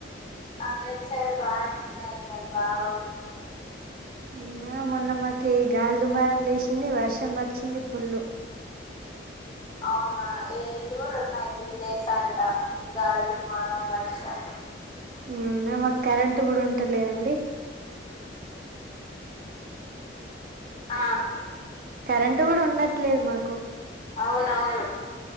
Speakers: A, on the left; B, on the right.
A: ఆ ఇట్ సైడ్ బానే ఉన్నయి ఎండలు బాగా కొడుతున్నాయ్
B: నిన్నా మొన్నమాకి గాలి దుమారం లేచింది వర్షం వచ్చింది ఫుల్లు
A: అ అవునా ఇటు కూడా ఉన్నాయి త్రీ డేస్ అంటా గాలి దమారం వర్షం
B: అవునా మాకు కరెంట్ కూడా ఉంటలేదండి
A: ఆ
B: కరెంటు కూడా ఉండట్లేదు మాకు
A: అవునవును